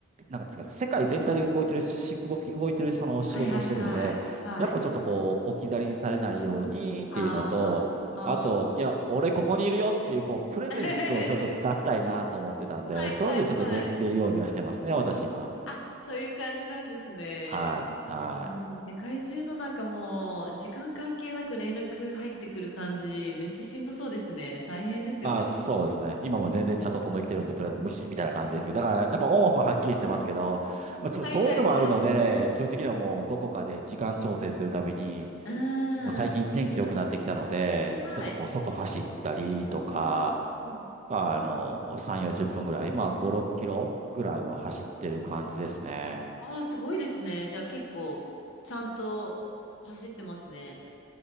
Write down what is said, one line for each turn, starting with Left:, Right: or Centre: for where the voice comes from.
Right: なんかですか、世界全体で動いてるし、動き、動いてるその仕事をしてるので、
Left: はいはいはい。はい。
Right: やっぱちょっとこう、置き去りにされないようにっていうのと、
Left: あーあー。
Right: あと、いや、俺ここにいるよっていう、こう、プレゼンスをちょっと出したいなと思ってたんで、
Left: <laughs> はいはいはい。
Right: そういうのちょっと出、出るようにはしてますね、私今。
Left: あ、そういう感じなんですね。
Right: はい、はい。
Left: あー、でも世界中のなんかもう、時間関係なく連絡入ってくる感じ、めっちゃしんどそうですね。大変ですよね。
Right: あ、そうですね。今も全然チャット飛んできてるんで、とりあえず無視みたいな感じですけど、だからやっぱオンオフははっきりしてますけど、まあ、ちょっとそういうのもあるので、
Left: はいはいはい。
Right: 基本的にはもうどこかで時間調整するために、
Left: うーん。
Right: まあ、最近天気良くなってきたので、
Left: はいはい。
Right: ちょっとこう外走ったりとか、
Left: うんうんうんうん。
Right: まあの、3、40分ぐらい、まあ5、6キロぐらいは走ってる感じですね。
Left: ああ、すごいですね。じゃあ結構、ちゃんと走ってますね。